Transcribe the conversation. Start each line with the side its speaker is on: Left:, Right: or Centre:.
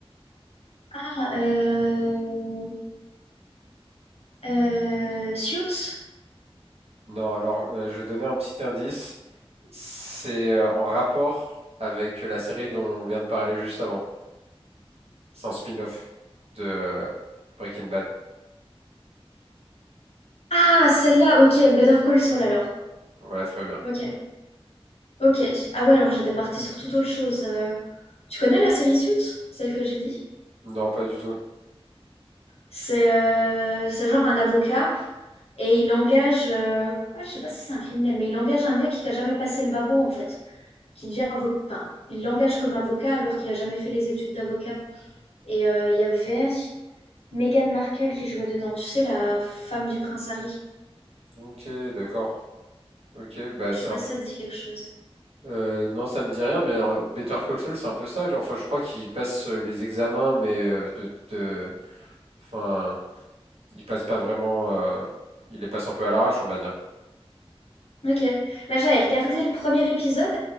Left: Ah, euh, euh, Suits?
Right: Non, alors euh, je vais donner un petit indice. C'est euh, en rapport avec la série dont on vient de parler juste avant. C'est un spin-off de euh, Breaking Bad.
Left: Ah, celle-là, ok. Better Call Saul alors.
Right: Voilà, très bien.
Left: Ok, ok. Ah ouais, alors j'étais partie sur toute autre chose. euh. Tu connais la série Suits, celle que j'ai dit?
Right: Non, pas du tout.
Left: C'est euh, c'est genre un avocat et il engage, euh, ouais, je sais pas si c'est un criminel, mais il engage un mec qui a jamais passé le barreau en fait, qui devient avocat. Enfin, il l'engage comme avocat alors qu'il a jamais fait les études d'avocat. Et euh, il y avait Meghan Markle qui jouait dedans, tu sais, la femme du prince Harry.
Right: Ok, d'accord. Ok, bah
Left: Je
Right: c'est
Left: sais pas
Right: un p-
Left: si ça te dit quelque chose.
Right: euh, non, ça me dit rien, mais euh, Better Call Saul, c'est un peu ça. Enfin, je crois qu'il passe euh, les examens, mais euh, de, de- enfin, il passe pas vraiment. euh, il les passe un peu à l'arrache, on va dire.
Left: Ok. Bah, j'avais regardé le premier épisode,